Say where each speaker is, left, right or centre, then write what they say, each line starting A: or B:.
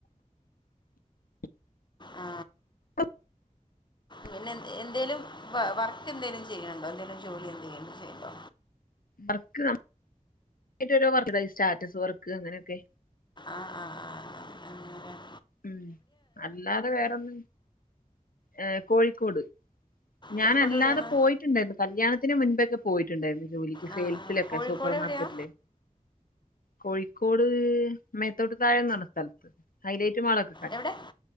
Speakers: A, on the left (about 80°); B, on the left (about 30°).
A: <inaudible>
B: ആ പിന്നെ എന്ത്‌ എന്തേലും വ വർക്ക് എന്തേലും ചെയ്യണ് ണ്ടോ എന്തേലും ജോലി എന്തെങ്കും ചെയ്യ്ണ്ടോ?
A: വർക്ക് അം ഇന്റെ ഓരോ വർക്ക്ണ്ട് ഈ സ്റ്റാറ്റസ് വർക്ക് അങ്ങനെയൊക്കെ
B: ആ ആ ആ ആ അന്നേരം
A: ഉം അല്ലാതെ വേറൊന്ന് ഏ കോഴിക്കോട് ഞാാനല്ലാതെ
B: കോഴിക്കോട് എവിടെയാണ്
A: പോയിറ്റ്ണ്ടാര്ന്നു കല്യാണത്തിന് മുൻപൊക്കെ പോയിറ്റ്ണ്ടാര്ന്നു ജോലിക്ക് സേൽസ്
B: ആ ആ
A: തിലൊക്കെ
B: കോഴിക്കോട്
A: സൂപ്പർ മാർക്കറ്റില്
B: എവിടെയാ
A: കോഴിക്കോട് മേത്തോട്ട് താഴെന്നർഞ്ഞ സ്ഥൽത്ത് ഹൈലൈറ്റ് മാളക്കെ
B: എവ്ടെ